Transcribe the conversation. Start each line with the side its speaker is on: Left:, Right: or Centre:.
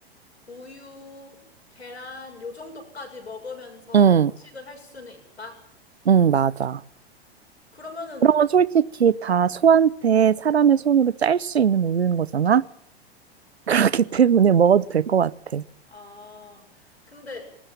Left: 우유, 계란 요 정도까지 먹으면서
Right: 응,
Left: 식을 할 수는 있다.
Right: 응, 맞아.
Left: 그러면은
Right: 그런 건 솔직히 다 소한테 사람의 손으로 짤 수 있는 우유인 거잖아? <laughs> 그렇기 때문에 먹어도 될 것 같아.
Left: 아, 근데